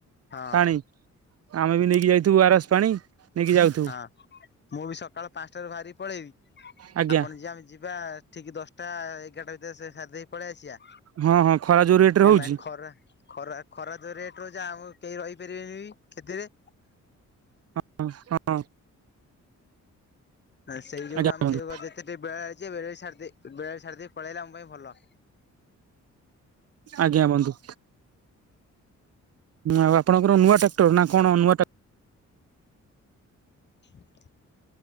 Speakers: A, on the left; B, on the right.
A: ହଁ
B: ପାଣି, ଆମେ ବି ନେଇକି ଯାଇଥିବୁ ଓ ଆର ଏସ ପାଣି ନେଇକି ଯାଉ
A: ହଁ। ମୁଁ ବି ସକାଳ ପାଞ୍ଚଟାରୁ ବାହାରିକି ପଳେଇବି,
B: ଆଜ୍ଞା
A: ଆପଣ ଯିବା ଆମେ ଯିବା ଠିକ ଦଶଟା ଏଗାରଟା ଭିତରେ ସେ ସାରିଦେଇ ପଳେଇ ଆସିବା।
B: ହଁ ହଁ ଖରା ଯୋଉ ରେଟ
A: କାହିଁକି
B: ରେ ହଉଛି।
A: ନା ଖରା ଖରା ଖରା ଯୋଉ ରେଟରେ ଯେ ଆଉ କେହି ରହିପାରିବେନି ଖେତିରେ।
B: ହଁ ହଁ ହୋ
A: ସେଇ ଯୋଗୁ
B: ଆଜ୍ଞା
A: ଆମେ
B: ବନ୍ଧୁ।
A: ହେବ ଯେତେବି ବେଳା ଅଛି ବେଳେ ସାରିଦେଇ ବେଳା ସାରିଦେଇ ପଳେଇଲା ଆମ ପାଇଁ ଭଲ।
B: ଆଜ୍ଞା ବନ୍ଧୁ। ଆଉ ଆପଣଙ୍କର ନୂଆ ଟ୍ରାକ୍ଟର, ନା କଣ? ନୂଆ ଟ୍ରାକ୍ଟ
A: ହ <inaudible>